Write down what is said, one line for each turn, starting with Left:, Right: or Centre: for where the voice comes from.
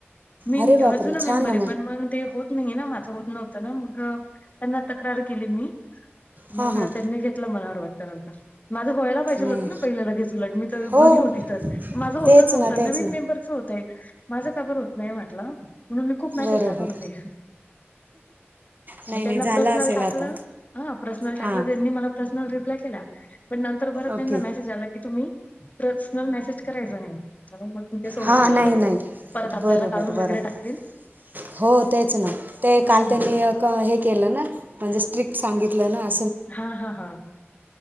Left: मी
Right: अरे बापरे
Left: अ जुना
Right: छान
Left: मेंबर
Right: ना
Left: आहे. पण मग ते होत नाही ना माझं होत नव्हतं ना मग त्यांना तक्रार केली मी.
Right: हां
Left: मग
Right: हां
Left: त्यांनी घेतलं मनावर वाटत नंतर. माझं व्हायला पाहिजल
Right: नाही
Left: होतं ना, पहिलं लगेच उलट मी तर
Right: हो
Left: जुनी होती तर माझं होतच
Right: तेच
Left: नव्हतं,
Right: ना तेच
Left: नवीन
Right: ना
Left: मेंबर चं होत तय माझ का बरं होत नाही म्हटलं, म्हणून मी खूप मेसेज
Right: बरोबर
Left: टाकत होते.
Right: नाही
Left: मग त्यांना
Right: नाही झालं
Left: प्रसनल
Right: असेल
Left: टाकलं,
Right: आता
Left: ह प्रसनल टाकलं
Right: हां
Left: त्यांनी मला प्रसनल रिप रिप्लाय केला. पण नंतर परत त्यांचा
Right: ओके
Left: मेसेज आला की तुम्ही प्रसनल मेसेज करायचा नाही, म्हणून मग ते सोडून
Right: हां
Left: दिलं.
Right: नाही
Left: जाऊ दया.
Right: नाही
Left: परत आपल्याला
Right: बरोबर
Left: काढून वगैरे
Right: बरोबर
Left: टाकतील.
Right: हो तेच ना, ते
Left: हम्म
Right: काल त्यांनी
Left: हम्म.
Right: हे केलं ना, म्हणजे स्ट्रिक्ट सांगितलं ना -
Left: हा हा हा